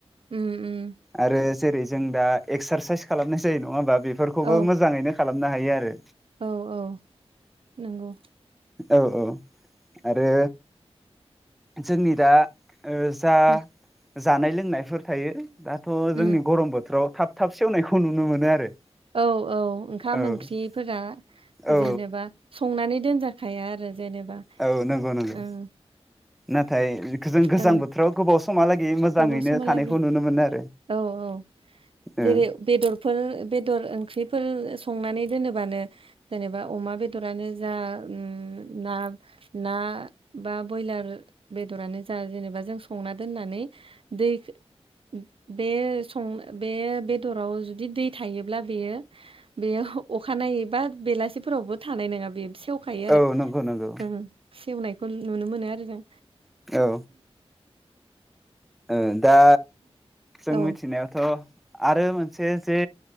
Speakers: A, on the right; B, in the centre.
A: उम उम।
B: आरो जेरै जों दा एक्सारसाइस खालामनाय जायो नङा होमबा बेफोरखौबो
A: औ
B: मोजाङैनो खालामनो हायो आरो।
A: औ औ नोंगौ।
B: औ औ आरो जोंनि दा ओ जा
A: उम
B: जानाय लोंनायफोर थायो दाथ'
A: उम
B: जोंनि गरम बो- फथोराव थाब थाब सेवनायखौ नुनो मोनो आरो।
A: औ औ ओंखाम
B: औ
A: ओंख्रिफोरा
B: औ
A: जेनेबा संनानै दोनजा- खाया आरो जेनेबा
B: औ नंगौ नंगौ
A: ओं।
B: नाथाय बेखौ जों गोजां
A: ओं
B: बोथोराव गोबाव समहालागि मोजाङैनो
A: गोबाव समहालागै
B: थानायखौ नुनो मोनो आरो।
A: औ औ
B: औ
A: जेरै बेदरफोर बेदर ओंख्रिफोर संनानै दोनोबानो जेनेबा अमा बेदरानो जा, उम ना ना ना बा ब्रयलार बेदरानो जा जेनेबा जों संना दोननानै दै- बे सं बे बेदराव जुदि दै थायोब्ला बेयो बेयो अखानायै बा बेलासिफोरावबो थानाय नोङा बे सेवखायो आरो।
B: औ नंगौ नंगौ
A: सेवनायखौ नुनो मोनो आरो जों।
B: औ। ओ दा जों मिथिनायावथ'।
A: औ
B: आरो मोनसे जे